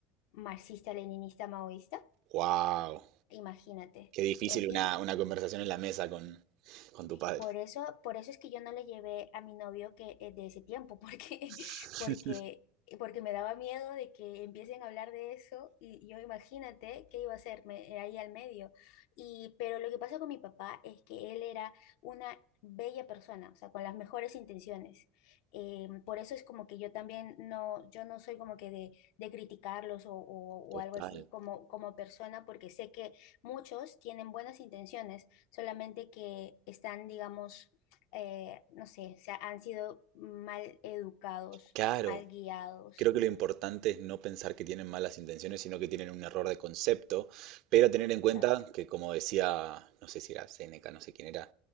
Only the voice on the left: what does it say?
marxista, leninista, maoísta.
Imagínate.
En-
Y,
Por eso, por eso es que yo no le llevé a mi novio que eh, de ese tiempo, porque, <laughs>
porque, porque me daba miedo de que empiecen a hablar de eso y yo imagínate qué iba a hacerme eh, ahí al medio. Y, pero lo que pasa con mi papá es que él era una bella persona, o sea, con las mejores intenciones. Eh, por eso es como que yo también no, yo no soy como que de, de criticarlos o, o-
o algo así como, como persona, porque sé que muchos tienen buenas intenciones solamente que están, digamos, eh, no sé, se ha- han sido mal educados,
mal guiados.
Exacto.